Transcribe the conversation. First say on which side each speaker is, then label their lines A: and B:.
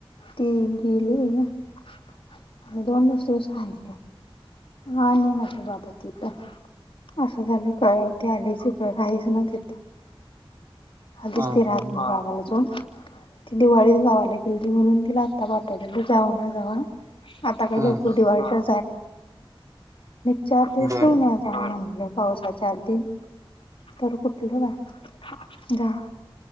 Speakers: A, on the left (about 70°); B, on the right (about 35°).
A: ते गेले आणि दोनच दिवस राहिली हा आणि आले बाबा त पण असं झालं कळवते आलेच राहीच ना तिथं आधीच
B: हा
A: ते
B: हो
A: राहत नाग गावाला तून ती दिवाळीत गावाला गेली म्हणून तिला आत्ता पाठवलेलं जाऊन या जावा आता काही
B: हम्म
A: लोकर द आणि चार दिवस
B: बर
A: जाऊन या जावा पावसाच्या आधी तर कुठल काय झा